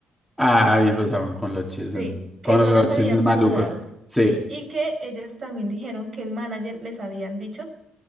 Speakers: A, in the centre; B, on the right.
A: Ah, y empezaron con los chismes,
B: Sí, que
A: con
B: no
A: los
B: las
A: chismes
B: habían saludado.
A: malucos. Sí.
B: Sí, y que ellas también dijeron que el manager les habían dicho